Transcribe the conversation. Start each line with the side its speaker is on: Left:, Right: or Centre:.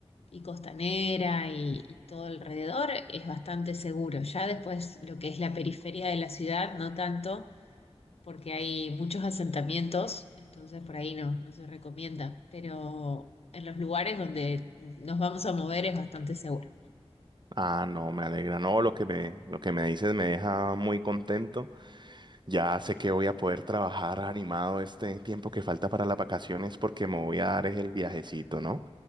Left: y costanera y, y todo alrededor es bastante seguro. Ya después lo que es la periferia de la ciudad, no tanto, porque hay muchos asentamientos, entonces por ahí no, no se recomienda, pero en los lugares donde nos vamos a mover es bastante seguro.
Right: Ah, no, me alegra. No, lo que me, lo que me dices me deja muy contento. Ya sé que voy a poder trabajar animado este tiempo que falta para las vacaciones porque me voy a dar es el viajecito, ¿no?